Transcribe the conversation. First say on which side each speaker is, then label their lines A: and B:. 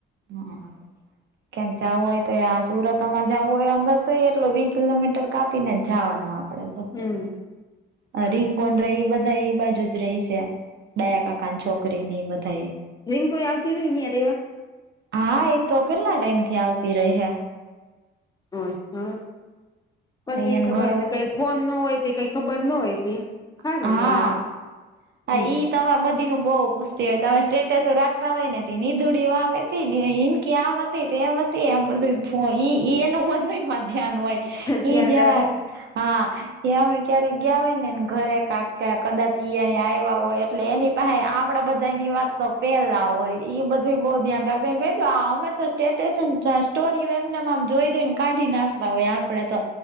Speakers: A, on the right (about 65°); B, on the left (about 20°).
A: હમ ક્યાંક જાવું હોય તોય આ સુરત અમારે જાવું હોય અંદર તોય એટલો વી કિલોમીટર. કાપીને જ જાવાનું આપડે.
B: હમ
A: આ રિંગબોન રે એ બધા એ બાજુ જ રહી છે ડાયાકાકાનો છોક કરીને ઈ બધાંએ
B: બેન કોઈ આવતી રહી અહીંયા રેવા?
A: હા એતો કેટલા ટાઈમથી આવતી રે હે.
B: ઓય હહ પસી ઈ
A: એને
B: તો
A: ઘરો
B: કઈ ને કઈ ફોન ન હોય તે કઈ ખબર ન હોય તે. હારું
A: હા.
B: ન્યા આવે
A: હા
B: હમ
A: ઇ તમારા બધીનું બોવ પૂછતી હોય, તમે સ્ટેટસો રાખતા હોય ને નિધુડી આમ હતી હિનકી આમ અતી. તેમથી એમ બધું ફોન ઇ ઇ એનું બધુંયમાં ધ્યાન હોય.
B: ત્યાં
A: ઇ જ્યાં
B: ના હોય
A: હા, એ અમે ક્યારેક ગયા હોયને ઘરે પાક્કા, કદાચ ઇ અહીંયા આઇવા હોય એટલે એની પાહે આપડા બધાયની વાત તો પેલા હોય. ઇ બધ એ બહુ ધ્યાન રાખ એટલે મેં કીધું આ અમે તો સ્ટેટેસો ને સ્ટોરીઓ એમને એમ આમ જોઈને જોઈને કાઢી નાખતા હોય આ આપણે તો